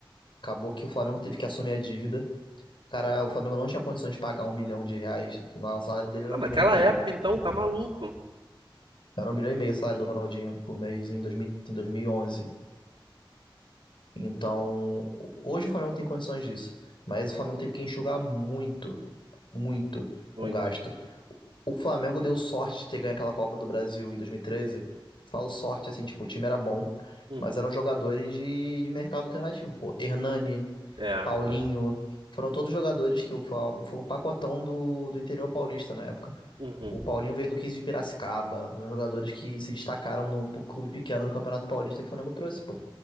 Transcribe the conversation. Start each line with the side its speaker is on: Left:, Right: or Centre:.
Left: Acabou que o Flamengo teve que assumir a dívida. O cara, o Flamengo não tinha condições de pagar um milhão de reais, lá o salário dele era
Right: Mas
Left: um
Right: naquela
Left: milhão e meio.
Right: época, então, tá maluco.
Left: Era um milhão e meio o salário do Ronaldinho por mês em, dois mil em dois mil e onze Então, hoje o Flamengo tem condições disso. Mas o Flamengo teve que enxugar muito, muito
Right: Muito.
Left: com gasto. O Flamengo deu sorte de ter ganho aquela Copa do Brasil em 2013. Falo sorte, assim, tipo, o time era bom,
Right: Uhum.
Left: mas eram jogadores de, de mercado alternativo, pô. Hernani,
Right: É. é.
Left: Paulinho, foram todos jogadores que o Fa- foi um pacotão do, do interior paulista na época.
Right: Uhum.
Left: O Paulinho veio do 15 de Piracicaba, foram jogadores que se destacaram no pro clube pequeno no Campeonato Paulista que o Flamengo trouxe, pô.